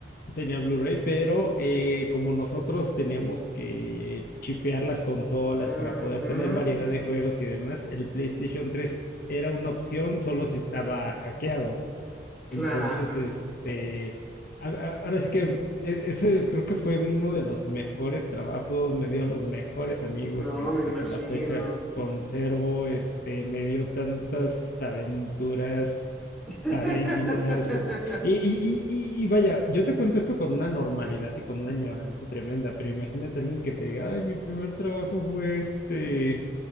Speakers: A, on the left; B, in the centre.
A: tenía Blu-ray, pero eh, como nosotros teníamos que chipear las consolas
B: Ujú.
A: para poder tener variedad de juegos y demás, el PlayStation 3 era una opción solo si estaba hackeado. Entonces,
B: Claro,
A: este, a- a- ahora sí que e- ese creo que fue uno de los mejores trabajos, me dio a los mejores amigos
B: no,
A: que,
B: me imagino.
A: que hasta la fecha conservo, este, me dio tantas aventuras
B: <laughs>
A: padrísimas, es- y, y, y, y- y vaya, yo te cuento esto con una normalidad y con una añoranza tremenda, pero imagínate alguien que te diga, ay, mi primer trabajo fue este,